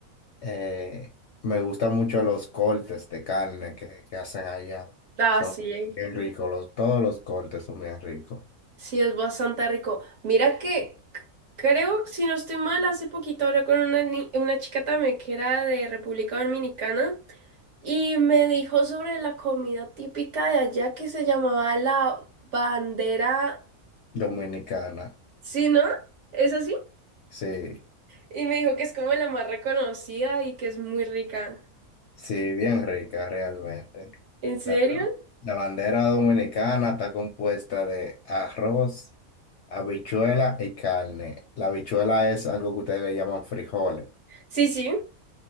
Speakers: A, on the left; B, on the right.
A: eh, me gustan mucho los cortes de carne que, que hacen allá.
B: Ah,
A: Son
B: sí.
A: bien ricos, los, todos los cortes son bien ricos.
B: Sí, es bastante rico. Mira que c- creo, si no estoy mal, hace poquito hablé con una, ni- una chica también que era de República Dominicana y me dijo sobre la comida típica de allá que se llamaba la bandera.
A: Dominicana,
B: ¿Sí, no? ¿Es así?
A: sí,
B: Y me dijo que es como la más reconocida y que es muy rica.
A: sí, bien rica realmente.
B: ¿En serio?
A: La, la bandera dominicana está compuesta de arroz, habichuela y carne. La habichuela es algo que ustedes le llaman frijoles.
B: Sí, sí.